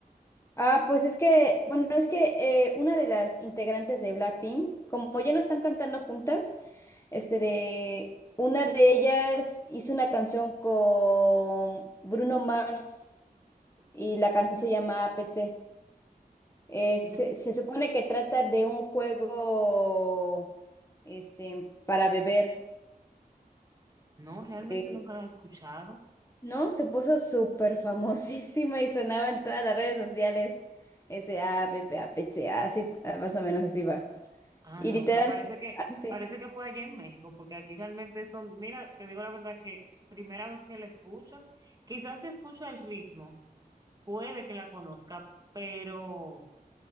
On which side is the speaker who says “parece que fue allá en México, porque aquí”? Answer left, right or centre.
Right